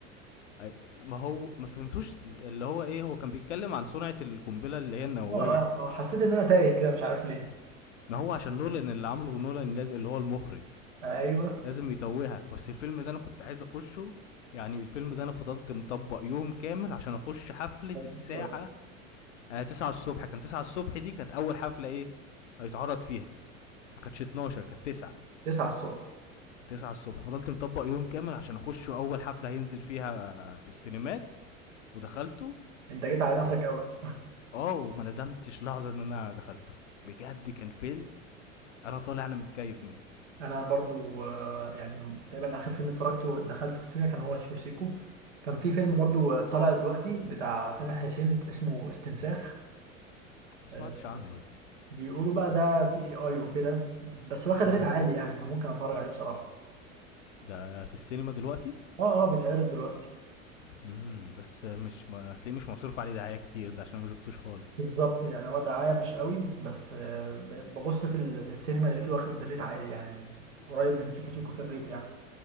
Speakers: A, on the left (about 60°); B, on the right (about 60°).
A: أي- ما هو ما فهمتوش اللي هو ايه هو كان بيتكلم عن صنعة القنبلة اللي هي النووية
B: <laughs> اه اه اه حسيت ان انا تايه كده مش عارف ليه
A: ما هو عشان نولان اللي عامله نولان لازم اللي هو المخرج
B: ايوه
A: لازم يتوهك بس الفيلم ده انا كنت عايز اخشه يعني الفيلم ده انا فضلت مطبق يوم كامل عشان اخش حفلة
B: ادخل
A: الساعة آه 9 الصبح كان 9 الصبح دي كانت اول حفلة ايه هيتعرض فيها ما كانتش 12 كانت 9
B: 9 الصبح
A: 9 الصبح فضلت مطبق يوم كامل عشان اخش اول حفلة هينزل فيها آه، في السينمات ودخلته
B: انت جيت على
A: و-
B: نفسك قوي
A: اه وما ندمتش لحظه ان انا دخلته بجد كان فيلم انا طالع انا متكيف منه
B: انا برضو آه، يعني تقريبا اخر فيلم اتفرجته دخلته في السينما كان هو سيكو سيكو كان في فيلم برضو آه، طالع دلوقتي بتاع سامح حسين اسمه استنساخ
A: ما سمعتش
B: آه،
A: عنه ده
B: بيقولوا بقى ده في اي اي وكده بس واخد
A: امم
B: ريت عالي يعني فممكن اتفرج عليه بصراحة
A: ده في السينما دلوقتي
B: اه اه بيتعرض دلوقتي
A: امم بس مش ما هتلاقيه مش مصروف عليه دعايه كتير ده عشان أنا ما شفتوش خالص
B: بالظبط يعني هو دعاية مش قوي بس آه، ب- ببص في, ال... في السينما لقيته واخد ريت عالي يعني قريب من سيكو
A: مم.
B: سيكو في الريت يعني